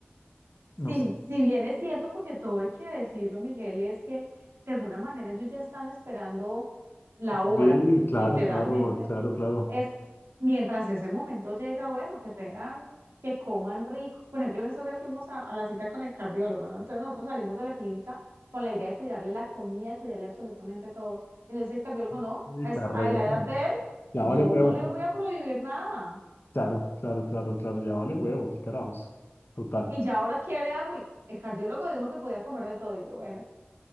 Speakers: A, on the right (about 85°); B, on the left (about 60°).
A: Si,
B: Nos,
A: si bien es cierto, porque todo hay que decirlo, Miguel, es que de alguna manera ellos ya están esperando la
B: abrir
A: hora,
B: claro,
A: literalmente
B: claro, claro, claro.
A: es mientras ese momento llega, bueno, que tengan, que coman rico. Por ejemplo, en esos días fuimos a, a la cita con el cardiólogo, ¿no? Entonces nosotros salimos de la clínica con la idea de cuidarle la comida, cuidarle absolutamente todo. Y nos dice el cardiólogo,
B: Eh,
A: no, a, es-
B: Carreta,
A: a la edad de él,
B: ya
A: yo
B: vale huevo.
A: no le voy a prohibir nada.
B: Claro, claro, claro, claro, ya vale huevo, qué carajos. Total.
A: Y ya ahora quiere agua. Y el cardiólogo dijo que podía comer de todo. Y yo, bueno,